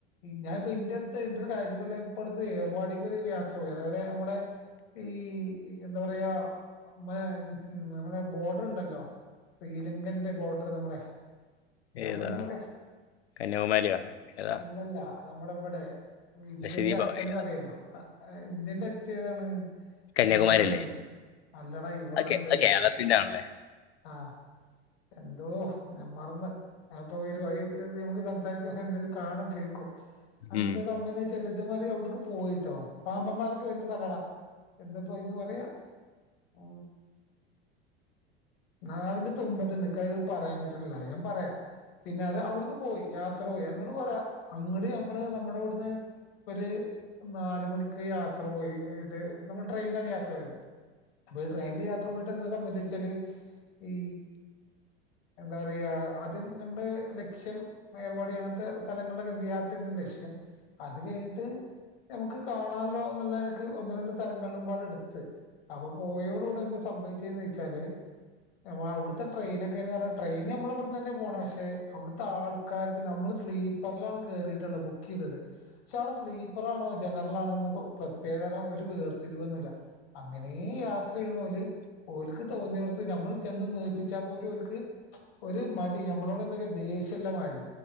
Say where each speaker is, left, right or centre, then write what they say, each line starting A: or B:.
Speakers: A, on the left; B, on the left.
A: ഞാനിപ്പോ ഇന്റടുത്തെ ഇന്റെ ഒരു കാഴ്ചപ്പാടിൽ ഇപ്പടുത്ത് ഏർവാടേക്ക് ഒരു യാത്ര പോയി അതായത് നമ്മടെ ഈ എന്താ പറയാ മ നമ്മളെ ബോർഡർ ഉണ്ടല്ലോ ലിങ്കന്റെ ബോർഡർ നമ്മുടെ എന്താപ്പ
B: ഏതാ
A: ഇതിന് പറയാ
B: കന്യാകുമാരിയോ ഏതാ
A: അല്ലല്ല നമ്മുടെ ഇവിടെ ഇന്ത്യന്റെ
B: ലക്ഷദ്വീപോ
A: അറ്റന്ന്
B: ഏതാ
A: പറയാലോ ഇന്ത്യന്റെ അറ്റം ഏതാണ്
B: കന്യാകുമാരി
A: മറ്റേ ഇവിടെണ്ടല്ലോ
B: അല്ലേ
A: അല്ലടാ ഇവിടെണ്ട്
B: ഓക്കെ കേരളത്തിന്റെ ആണല്ലേ
A: ആഹ് എന്തോ ഞാൻ മറന്ന് അപ്പൊ വരും വഴി നമുക്ക് സംസാരിക്ക എന്തെലും കാണും കേക്കും
B: ഉം
A: എന്താ സംഭ ചെലത് മാറി അവിടക്ക് പോയിട്ടോ പാമ്പമ്പാലൊക്കെ വരുന്ന സ്ഥലടാ എന്താപ്പോ ഇതിന് പറയാ ഉ നാവിന്റെ തുമ്പത് പറയാൻ കിട്ടുന്നില്ല ഞാൻ പറയാ പിന്നെ അത് അവടുക്ക് പോയി യാത്ര പോയി എന്നോട് പറയാ അങ്ങടി നമ്മള് നമ്മുടെ ഇവിടുന്ന് ഒരു നാല് മണിക്ക് യാത്ര പോയി ഇത് നമ്മൾ ട്രെയിനിലാണ് യാത്ര പോയത് അപ്പൊ ട്രെയിനിൽ യാത്ര പോയിട്ട് എന്നെ സംബന്ധിച്ചാല് ഈ എന്താ പറയാ ആദ്യം നമ്മുടെ ലക്ഷ്യം മേർപടി അങ്ങനത്തെ സ്ഥലങ്ങളിലൊക്കെ ചെയ്യാത്തന്ന് ലക്ഷ്യം അത് കഴിഞ്ഞിട്ട് നമുക്ക് കാണാമല്ലോ എന്നുള്ള നിലക്ക് ഒന്ന് രണ്ട് സ്ഥലങ്ങളിലും പാട് എടുത്ത് അപ്പൊ പോയോടുകൂടെ എന്താ സംഭവിച്ചന്ന് വെച്ചാല് നമ്മ അവിടുത്തെ ട്രെയിനൊക്കെന്ന് പറഞ്ഞാൽ ട്രെയിൻ നമ്മൾ ഇവിടുന്ന് തന്നെ പോണെ പക്ഷെ അവിടുത്തെ ആൾക്കാർക്ക് നമ്മൾ സ്ലീപ്പ പറലാണ് കേയറിയിട്ടുള്ളത് ബുക്ക് ചെയ്തത് പക്ഷെ അവിടെ സ്ലീപ്പറാണോ ജനറൽ ആണോന്ന് പ്രത്യേക തരം ഒരു വേർത്തിരിവൊന്നുമില്ല അങ്ങനെ യാത്ര ചെയ്യണ പോലെ ഓലക്ക് തോന്നിയവടുത്ത് നമ്മൾ ചെന്ന് നിപ്പ ച്ചാൽ പോലും അവക്ക് ഒരു മടി നമ്മളോട് എന്തൊക്കെയ ദേഷ്യമുള്ള മാതിരി